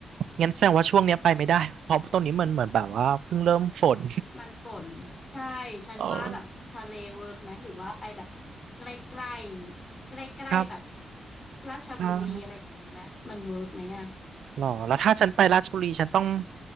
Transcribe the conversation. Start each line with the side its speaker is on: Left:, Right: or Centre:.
Right: งั้นแสดงว่าช่วงเนี้ยไปไม่ได้เพราะตรงนี้มันเหมือนแบบว่าเพิ่งเริ่มฝน
Left: มันฝนใช่ฉันว่าแบบทะเลเวิร์กไหมหรือว่าไปแบบใกล้ๆใกล้ๆแบบ
Right: <laughs> เออครับ
Left: ราชบุรีอะไรอย่างนี้ไหมมันเวิร์กไหมอ่ะ
Right: อ่าหรอแล้วถ้าฉันไปราชบุรีฉันต้อง